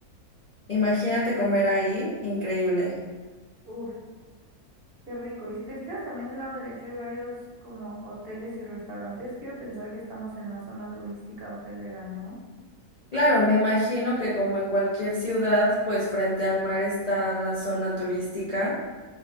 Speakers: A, on the left (about 65°); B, on the right (about 50°).
A: imagínate comer ahí, increíble.
B: Uf, Qué rico. Y si te fijas también del lado derecho hay varios como hoteles y restaurantes. Quiero pensar que estamos en la zona turística hotelera, ¿no?
A: Claro, me imagino que como en cualquier ciudad, pues frente al mar está la zona turística